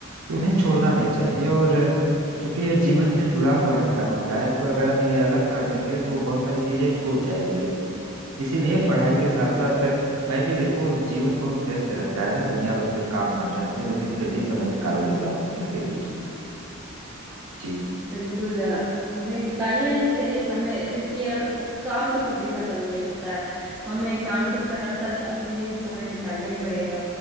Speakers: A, on the right; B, in the centre.
A: तो इन्हें छोड़ना नहीं चाहिए और चूंकि यह जीवन से जुड़ा हुआ हिस्सा होता है तो अगर हम इन्हें अलग कर देंगे तो बहुत सारी चीजें छूट जाएंगी इसीलिए पढ़ाई के साथ साथ मैं भी देखो जीवन बहुत व्यस्त रहता है ना दुनिया भर के काम धाम रहते हैं लेकिन फिर भी समय निकाल लेता हूँ इनके बीच में जी
B: बिल्कुल अ, हमें निकालना ही चाहिए समय देखिए काम तो कभी खत्म नहीं होता है हमें काम के साथ साथ अपने लिए भी समय निकालना ही पड़ेगा